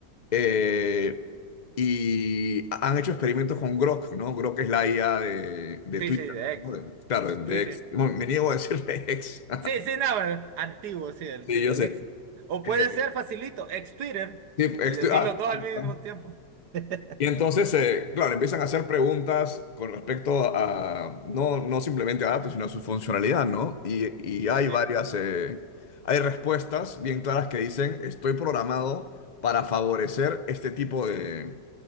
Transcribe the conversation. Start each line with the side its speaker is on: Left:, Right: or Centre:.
Left: Eh, y han hecho experimentos con Grok, ¿no? Grok es la IA de, de
Right: Sí,
Left: Twitter,
Right: sí, de
Left: ¿no?
Right: X.
Left: De- claro, de,
Right: Sí, sí.
Left: X. Bueno, me niego a decirle <laughs> ex.
Right: Sí, sí, no, eh, antiguo, sí, el,
Left: Sí, yo
Right: el
Left: sé.
Right: ex. O puede
Left: Eh,
Right: ser facilito, ex Twitter,
Left: sí, ex-
Right: y decirlo
Left: ah,
Right: todo al
Left: ahí está.
Right: mismo tiempo. <laughs>
Left: Y entonces, eh, claro, empiezan a hacer preguntas con respecto a, no, no simplemente a datos, sino a su funcionalidad, ¿no? Y, y
Right: Sí,
Left: hay
Right: sí.
Left: varias, eh, hay respuestas bien claras que dicen, estoy programado para favorecer este tipo de...